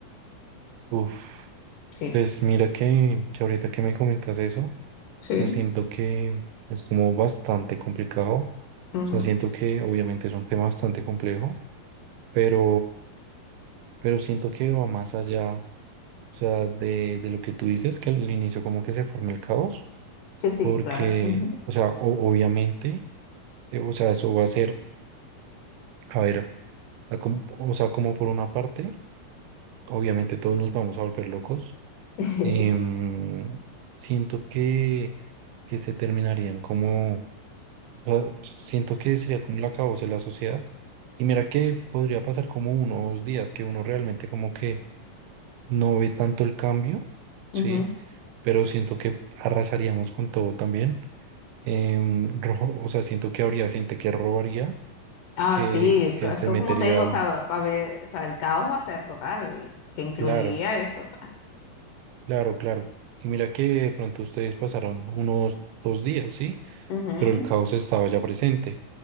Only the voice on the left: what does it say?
Sí.
Sí.
Mm,
Sí, sí,
claro. Ujú.
<laughs>
Ujú.
Ah,
sí,
co- es
que
como te digo, o sea, va a haber, o sea, el caos va a ser total, que incluiría
eso.
Ujú,